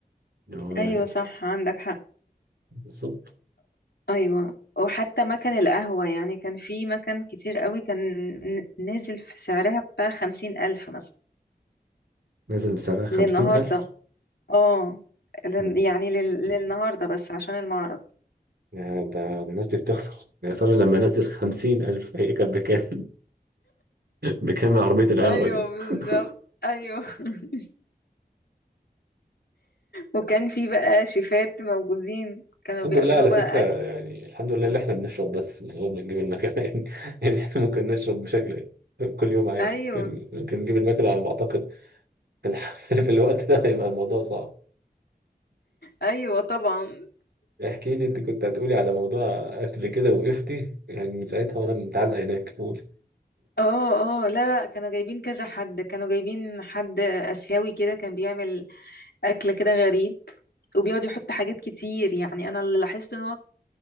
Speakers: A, on the right (about 80°); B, on the left (about 80°).
A: إن هو
B: ايوه صح عندك حق
A: بالظبط
B: ايوه وحتى مكان القهوة يعني كان في مكان كتير قوي كان ن- نازل في سعرها بتاع خمسين ألف مثلا
A: نزل بسعرها خمسين
B: للنهاردة
A: ألف
B: اه لن-
A: مم.
B: يعني لل... للنهارده بس عشان المعرض
A: يا ده الناس دي بتخسر يا ترى لما نزل خمسين ألف هي كانت بكام <laughs> بكام عربية القهوة
B: ايوه
A: دي
B: بالظبط
A: <laughs>
B: ايوه <laughs> وكان في بقى شيفات موجودين كانوا
A: الحمد
B: بيعملوا
A: لله على
B: بقى
A: فكرة يعني
B: اكل
A: الحمد لله اللي احنا بنشرب بس من غير ما نجيب المكنة <laughs> يعني يعني احنا ممكن نشرب بشكل كل يوم عادي
B: ايوه
A: ممكن ممكن نجيب المكنة على ما أعتقد في الح- <laughs> في الوقت ده هيبقى الموضوع صعب
B: ايوه طبعا
A: احكي لي انت كنت هتقولي على موضوع اكل كده وقفتي يعني من ساعتها وانا متعلق هناك قول
B: اه اه لا لا كانوا جايبين كذا حد كانوا جايبين حد اسيوي كده كان بيعمل اكل كده غريب وبيقعد يحط حاجات كتير يعني انا اللي لاحظت ان هو